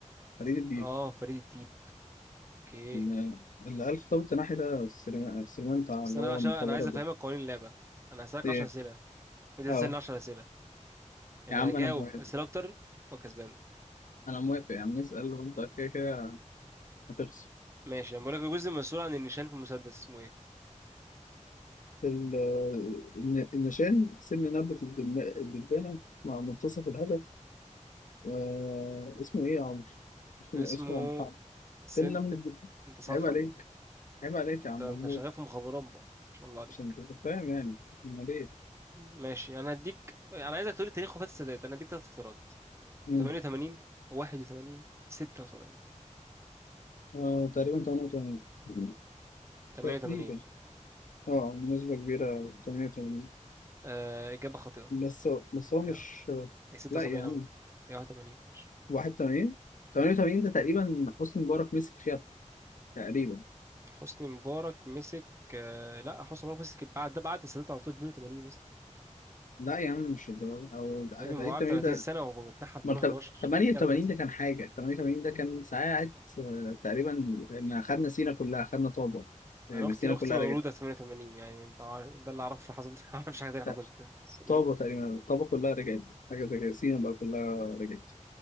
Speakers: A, on the left; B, on the right.
A: فريد الديب
B: اه فريد الديب اوكي
A: إن- اللي قال خطاب التناحي ده السليمان السليمان بتاع
B: بس
A: اللي
B: انا
A: هو
B: بقى عشان
A: المخابرات
B: انا عايز افهمك
A: ده
B: قوانين اللعبه انا هسالك
A: إيه؟
B: 10 اسئله انت تسالني
A: أه
B: 10 اسئله اللي
A: يا عم
B: هيجاوب
A: أنا موافق
B: اسئله اكتر هو كسبان
A: أنا موافق يا عم اسأل وأنت كده كده هتخسر
B: ماشي انا بقول لك الجزء المسؤول عن النشان في المسدس اسمه ايه
A: ال- الن- النشان سن نبتة الدم- الدبانة مع منتصف الهدف آه اسمه إيه يا عمرو؟ اسمه
B: اسمه
A: اسمه محمد
B: سن
A: سن نمل الدبانة
B: انت صح
A: عيب عليك
B: عامة
A: عيب عليك يا
B: انت
A: عم
B: انت
A: محمود
B: شغال في مخابرات بقى ما شاء الله عليك
A: عشان تبقى فاهم يعني أمال إيه؟
B: مم. ماشي انا هديك انا عايزك تقولي تاريخ وفاة السادات انا هديك ثلاث اختيارات
A: مم.
B: 88 81 76
A: آه تقريبا 88 مم.
B: 88
A: تقريبا اه بنسبة كبيرة 88
B: آه اجابة خاطئة
A: بس هو- بس هو
B: هي
A: مش
B: هي 76
A: لا يا عم
B: عامة هي 81 ماشي
A: 81 88 ده تقريبا حسني مبارك مسك فيها تقريبا
B: حسني مبارك مسك آه لا حسني مبارك مسك بعد ده بعد السادات على طول 82 مثلا
A: لا يا عم مش الدرجة أو
B: يعني هو
A: عيد
B: قعد
A: 80
B: 30
A: ده
B: سنة واتنحى في 2011
A: أمال تم- 88
B: رجع 30
A: ده كان حاجة 88 ده كان ساعات آه، تقريبا إن خدنا سينا كلها خدنا طابة يعني
B: انا اختي
A: سينا
B: اختي
A: كلها
B: مولودة
A: رجعت
B: 88 يعني انت عارف ده اللي اعرفه حصل <laughs> ما اعرفش حاجة تانية حصلت
A: لا
B: في السنة
A: طابة
B: دي
A: تقريبا طابة كلها رجعت حاجة زي كده سينا بقى كلها رجعت